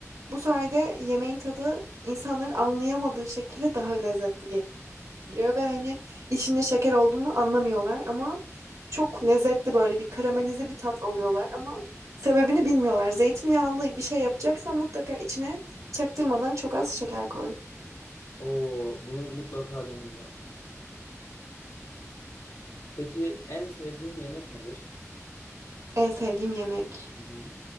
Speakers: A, on the right (about 90°); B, on the left (about 80°).
A: Bu sayede yemeğin tadı insanların anlayamadığı şekilde daha lezzetli geliyor ve hani içinde şeker olduğunu anlamıyorlar ama çok lezzetli böyle bir karamelize bir tat alıyorlar ama sebebini bilmiyorlar. Zeytinyağlı bir şey yapacaksan mutlaka içine çaktırmadan çok az şeker koy.
B: Oo bunu mutlaka deneyeceğim. Peki en sevdiğin yemek nedir?
A: En sevdiğim yemek.
B: Hı hı.